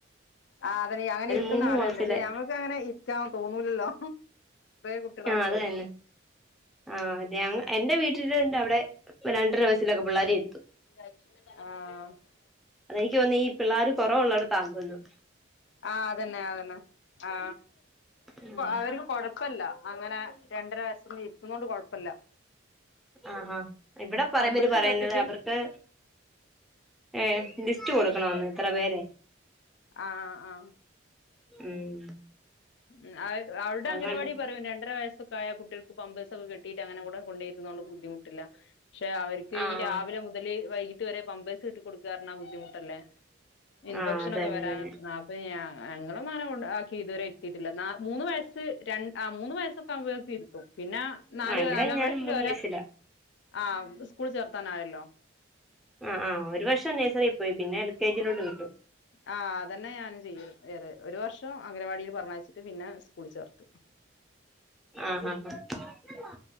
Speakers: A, on the left; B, in the centre.
A: ആ അതെ അങ്ങനെ ഇരുത്തുന്ന
B: മൂന്ന്
A: ആളുകളണ്ട്
B: മാസത്തിലെ
A: പക്ഷെ ഞമ്മക്ക് അങ്ങനെ ഇരിക്കാന്ന് തോന്നൂലല്ലോ കുട്ടികളാമ്പേയെ.
B: ആഹ് അത് തന്നെ ആഹ് എന്റെ വീട്ടന്റെ അവിടെ രണ്ടര വയസൊക്കെ പിള്ളേരിരുത്തു.
A: ആഹ്‌.
B: എനിക്ക് തോന്നീ പിള്ളേർ കുറവുള്ളോട്ത്താ തോന്നു.
A: ആഹ അതന്നെ അതന്നെ ആ
B: ഉം
A: അവർക്ക് കൊട് കല്ല അങ്ങനെ രണ്ടര വയസൊന്നും ഇത്തുന്ന കൊണ്ട് കൊയപ്പല്ല.
B: ആഹാ ഇവിടെ പറ
A: പമ്പേഴ്സൊക്കെ
B: പറയുന്നത്
A: ഇട്ടിട്ട്
B: അവർക്ക് ഏ ലിസ്റ്റ് കൊടുക്കണന്ന് ഇത്ര പേരെ
A: ആഹ്‌ ആഹ്‌.
B: ഉം
A: ഉ അവരുടെ
B: അതുകൊണ്ട്
A: അംഗരവാടി പറയും രണ്ടര വയസ്സ സായ കുട്ടികൾക്ക് പമ്പേസൊക്ക കെട്ടിയിട്ട് അങ്ങെ കൂടെ കൊണ്ടേരുന്നുകൊണ്ട് ബുദ്ധിമുട്ടില്ല പക്ഷ അവർ.
B: ആഹ്
A: ഈ രാവിലെ മുതൽ വൈകിട്ട് വരെ പമ്പേഴ്സ് ഇട്ട് കൊടുക്കാർഞ്ഞ ബുദ്ധിമു ട്ടല്ലേ ഇൻ
B: ആഹ്
A: ഭക്ഷണം
B: അതന്നെ
A: ഒക്കെ വരാൻ
B: അതന്നെ
A: അപ്പൊ ഞാ ഒന്നും അങ്ങനെ ആക്കി ഇതുവരെ തിട്ടില്ല മൂന്ന് വയസ്സ് രണ്ട് ആ മൂന്ന് വയസൊക്കെ ആകുമ്പോഴേക്കും തിരുത്തും പിന്നെ നാല്
B: ആഹ് ഇവിടെ
A: നാലാം
B: ഞാന്
A: വയസിൽ
B: മൂന്ന്
A: വരെ
B: വയസ്സില
A: ആ സ്കൂൾ ചേർത്താനായല്ലോ
B: ആ ആ ഒരു വർഷം നേഴ്സറിയിൽ പോയി പിന്നെ എൽ കെ ജിയിലോട്ട് വിട്ടു.
A: ആ അതന്നെ ഞാനും ചെയ്യതു വേറെ ഒരു വർഷം അംഗനവാടിൽ പറഞ്ഞയച്ചിട്ട് പിന്നെ സ്കൂളിൽ ചേർത്ത്
B: ആഹ ആഹ് ആഹ